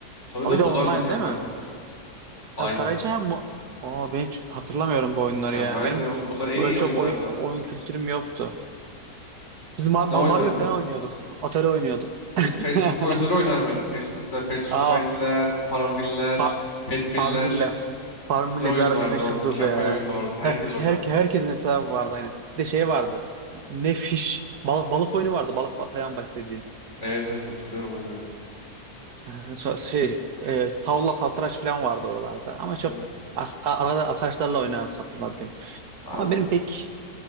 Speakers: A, on the left; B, on the right.
A: Tabii
B: Abi
A: tabii
B: bir de
A: bunlar
B: online
A: mükemmel.
B: değil mi?
A: Aynen.
B: Hem tarayıcı hem mo- Aa, ben hiç hatırlamıyorum bu oyunları
A: Mükemmel
B: ya. Benim
A: de oğlum bunlar en
B: böyle
A: iyi
B: çok
A: oyunlardı.
B: oy- oyun kültürüm yoktu. Biz Ma-
A: Ne
B: Ma-
A: oynardım
B: Mario falan
A: ben?
B: oynuyorduk. Atari oynuyorduk. <laughs>
A: Abi Facebook oyunları oynar mıydım? Facebook'ta Pet Society'ler,
B: Aa,
A: Farmville'ler,
B: fa-
A: Petville'ler.
B: Farmville. Farmville
A: Ne oyunlardı
B: bir ara ne meşhurdu
A: oğlum? Mükemmel
B: be.
A: oyunlardı.
B: He-
A: Herkes oynardı.
B: Her, herkesin hesabı vardı aynı. Bir de şey vardı. Ne fiş. Balık, balık oyunu vardı. Balık ba- falan başladığın.
A: Evet evet hatırlıyorum öyle oyunları.
B: Ee, so- Şey, e, tavla satranç falan vardı oralarda. Ama
A: Tabii.
B: çok ar- ar- arada arkadaşlarla oynardık hatırladım.
A: Abi
B: Ama benim pek